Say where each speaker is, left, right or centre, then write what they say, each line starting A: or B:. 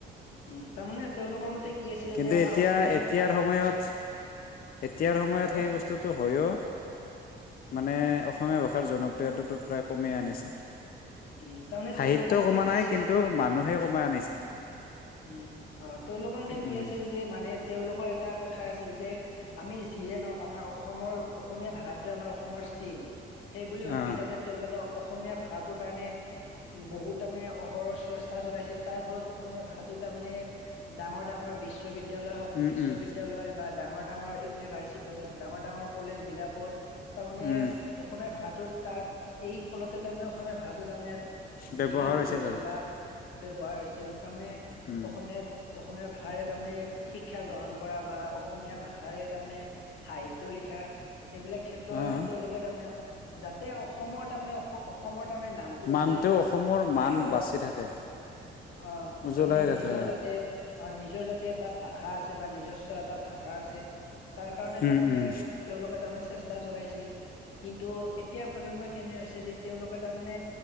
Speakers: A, on the left (about 85°); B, on the left (about 45°).
A: উম। তাৰমানে তেওঁলোকৰ মতে ই আছিল
B: কিন্তু
A: যে আমাৰ
B: এতিয়া
A: অসমীয়া
B: এতিয়াৰ
A: ভাষাটো
B: সময়ত এতিয়াৰ সময়ত
A: উম কোৱা
B: সেই বস্তুটো হয়ও মানে অসমীয়া ভাষাৰ জনপ্ৰিয়তাটো প্ৰায় কমেই আনিছে।
A: উম তাৰমানে
B: সাহিত্য
A: তেওঁলোকৰ মতে
B: কমা
A: কি
B: নাই
A: আছিল,
B: কিন্তু মানুহে কমাই আনিছে
A: উম। অহ তেওঁলোকৰ মতে কি
B: উম
A: আছিল যে মানে তেওঁলোকৰ এটা কথা কথা আছিল যে আমি যিয়ে নহক আমাৰ অসমৰ অসমীয়া ভাষাটোৱে আমাৰ অসমৰ চিন। সেই বুলি ভাবি
B: আহ
A: তাৰমানে তেওঁলোকক অসমীয়া ভাষাত কাৰণে বহুত তাৰমানে অহৰহ চেষ্টা চলাইছিল তাৰ ফলত অসমীয়া ভাষাটো তাৰমানে ডাঙৰ-ডাঙৰ বিশ্ববিদ্যা বিদ্যালয় হ
B: উম,
A: বিশ্ববিদ্যালয়
B: উম,
A: বা ডাঙৰ-ডাঙৰ ইউনিভাৰ্চি ডাঙৰ-ডাঙৰ কলেজ বিলাকত তাৰমানে
B: উম
A: অসমীয়া ভাষাটোত তাৰ এই ফলতে তাৰমানে অসমীয়া ভাষটো তাৰমানে ইয়াত
B: ব্যৱহাৰ
A: লিপিবদ্ধ হৈছিল
B: আৰু
A: বা ব্যৱহাৰ হৈছিল। তাৰমানে
B: উম,
A: অসমীয়া অসমীয়া ভাষাৰে তাৰমানে শিক্ষা গ্ৰহণ কৰা বা অসমীয়া ভাষা খাৰে তাৰমানে সাহিত্য টো লিখা এইবিলাক ক্ষেত্ৰৰ
B: অ'
A: কাৰণে তেওঁলোকে তাৰমানে যাতে অসমৰ তাৰমানে অস-অস তাৰমানে নামটো
B: মানটো
A: যাতে
B: অসমৰ মান
A: বাহিৰত--অহ,
B: বাচি থাকে উজ্বলাই
A: তাৰমানে
B: ৰাখে।
A: নিজৰ যাতে অহ নিজৰ যাতে এটা ভাষা আছে বা নিজস্ব এটা ভাষা আছে। তাৰ কাৰণে
B: উম,
A: তাৰমানে
B: উম,
A: তেওঁলোকে তাৰমানে চেষ্টা চলাইছিল। কিন্তু এতিয়াৰ প্ৰজন্মই কেনে হৈছে যে তেওঁলোকে তাৰমানে,